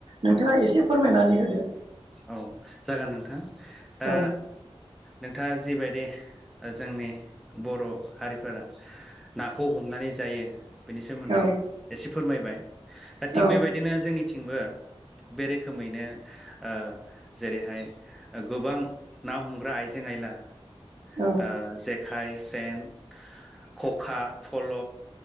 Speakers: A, on the right; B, in the centre.
A: नोंथाङा एसे फोरमायनानै होदो
B: औ जागोन नोंथां दा
A: औ
B: नोंथाङा जिबायदि ओ जोंनि बर' हारिफोरा नाखौ हमनानै जायो। बेनि सोमोन्दै
A: औ
B: एसे फोरमायबाय दा
A: औ
B: थिग बेबायदिनो जोंनि थिंबो बे रोखोमैनो ओ जेरैहाय ओ गोबां ना हमग्रा आइजें आइला
A: औ
B: ओ जेखाय, सेन, खखा, फल'